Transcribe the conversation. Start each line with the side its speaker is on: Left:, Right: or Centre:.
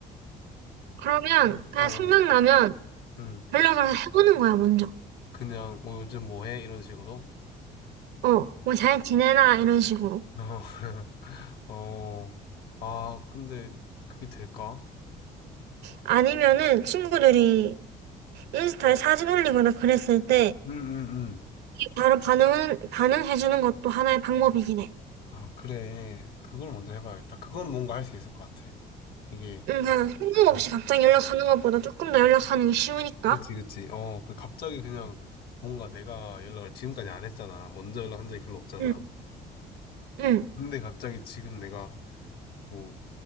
Right: 그러면
Left: 어,
Right: 그냥
Left: 어.
Right: 생각나면
Left: 음
Right: 연락을 해보는 거야, 먼저.
Left: 그냥 뭐 요즘 뭐 해? 이런 식으로.
Right: 어, 뭐 잘 지내나 이런 식으로.
Left: 어, <laughs> 어, 아 근데 그게 될까?
Right: 아니면은 친구들이 인스타에 사진 올리거나 그랬을 때
Left: 응, 응, 응.
Right: 바로 반응은, 반응해주는 것도 하나의 방법이긴 해.
Left: 아, 그래. 그걸 먼저 해봐야겠다. 그건 뭔가 할 수 있을 것 같아. 이게,
Right: 응, 그냥 생각
Left: 어,
Right: 없이 갑자기 연락하는 것보다 조금 더 연락하는 게 쉬우니까.
Left: 그치, 그치. 어, 그 갑자기 그냥 뭔가 내가 연락을 지금까지 안 했잖아. 먼저 연락한 적이 별로 없잖아.
Right: 응, 응.
Left: 근데 갑자기 지금 내가 뭐